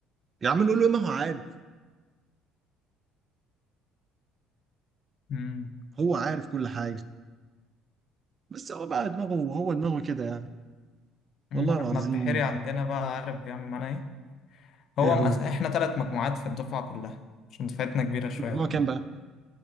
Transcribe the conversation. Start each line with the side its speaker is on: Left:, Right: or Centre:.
Right: يا عم نقول له ما هو عارف
Left: مم.
Right: هو عارف كل حاجه بس هو بقى دماغه هو دماغه كده يعني
Left: مم،
Right: والله العظيم
Left: احنا البحيري عندنا بقى عارف بيعمل معانا ايه هو
Right: ايه
Left: مقس...
Right: هو
Left: احنا ثلاث مجموعات في الدفعة كلها عشان دفعتنا كبيرة شوية
Right: الموضوع
Left: وكده
Right: كان بقى